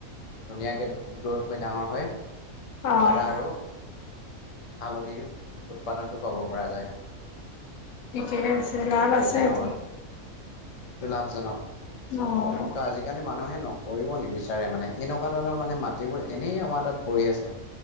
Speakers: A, on the left; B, on the left.
A: ধুনীয়াকৈ গ্ৰ'থ হৈ ডাঙৰ হয়
B: অ',
A: আদা আৰু হালধিৰ উৎপাদনটো ক'ব পৰা যায়।
B: ঠিকেহে আছে লাভ
A: সেই
B: আছে
A: তেনেকুৱা
B: এতো
A: এইটো লাভজনক মান
B: অ'।
A: ত আজিকালি মানুহে নকৰিব নিবিচাৰে। মানে এনেকুৱা ধৰণৰ মানে মাটিবোৰ এনেই আমাৰ তাত পৰি আছে।